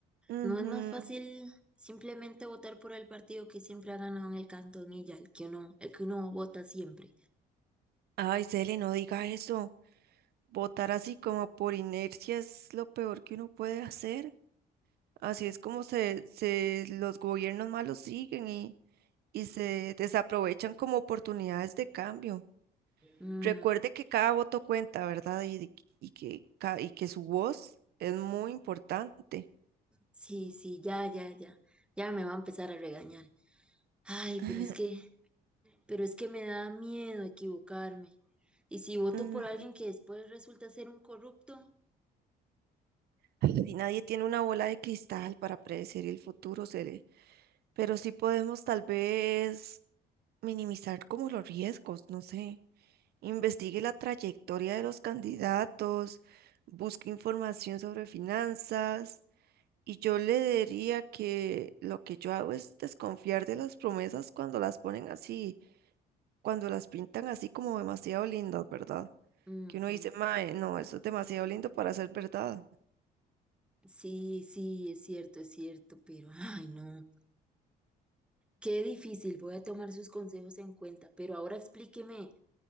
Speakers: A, on the right; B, in the centre.
A: Ujú.
B: ¿No es más fácil simplemente votar por el partido que siempre ha ganado en el cantón y ya, el que uno, el que uno vota siempre?
A: Ay, Cele, no diga eso. Votar así como por inercia es lo peor que uno puede hacer. Así es como se, se los gobiernos malos siguen y, y se desaprovechan como oportunidades de cambio.
B: Mm,
A: Recuerde que cada voto cuenta, ¿verdad? Y, de- y que, ca- y que su voz es muy importante.
B: Sí, sí, ya, ya, ya. Ya me va a empezar a regañar. Ay,
A: <laughs>
B: pero es que, pero es que me da miedo equivocarme. Y si voto
A: Mm,
B: por alguien que después resulta ser un corrupto.
A: Si nadie tiene una bola de cristal para predecir el futuro, seré- pero sí podemos tal vez minimizar como los riesgos, no sé. Investigue la trayectoria de los candidatos, busque información sobre finanzas y yo le diría que lo que yo hago es desconfiar de las promesas cuando las ponen así, cuando las pintan así como demasiado lindas, ¿verdad?
B: Ujú.
A: Que uno dice, mae, no, eso es demasiado lindo para ser verdad.
B: Sí, sí, es cierto, es cierto, pero ay, no. Qué difícil, voy a tomar sus consejos en cuenta, pero ahora explíqueme